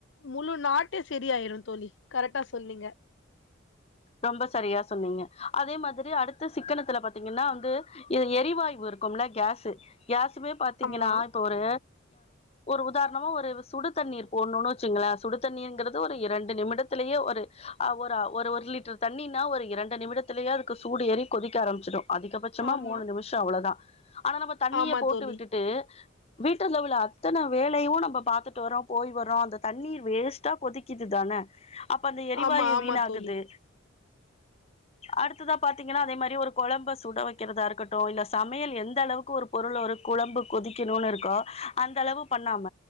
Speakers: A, on the left; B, on the left.
A: முழு நாட்டே சரி ஆயிரு தோழி கரெக்டா சொன்னிங்க
B: ரொம்ப சரியா சொன்னீங்க அதே மாதிரி அடுத்து சிக்கனத்துல பாத் த்தீங்கன்னா வந்து இது எரிவாயு இருக்கும்ல கேசு கேசுமே பாத்தீங்கன்னா
A: ஆமா
B: இப்ப ஒரு ஒரு உதாரணமா ஒரு சுடு தண்ணீர் போடணும்னு வச்சுங்களே சுடுதண்ணீர்ங்கிறது ஒரு இரண்டு நிமிடத்திலேயே ஒரு ஒரு <unintelligible> தண்ணீனா ஒரு இரண்டு நிமிடத்திலேயே அதுக்கு சூடு ஏறி கொதிக்க ஆரம்பிச்சிடு அதிகபட்சமா
A: ஆமா
B: மூணு நிமிஷம் அவ்வளோதான் ஆனா நம்ம தண்ணிய
A: ஆமா
B: போட்டு
A: தோழி
B: விட்டுட்டு வீட்டுல உள்ள அத்தனை வேலையு நம்ம பார்த்துட்டு வரோம் போய் வரோம் அந்த தண்ணீர் வேஸ்ட்டா கொதிக்குது தானே அப்ப அந்த எரிவாயு
A: ஆமா ஆமா
B: வீண் ஆகுது
A: தோழி
B: அடுத்ததா பாத்தீங்கன்னா அதே மாதிரி ஒரு குழம்ப சுட வைக்கிறதா இருக்கட்டு இல்ல சமையல் எந்த அளவுக்கு ஒரு பொருள் ஒரு குழம்பு கொதிக்கணும்னு இருக்கோ அந்த அளவு பண்ணாம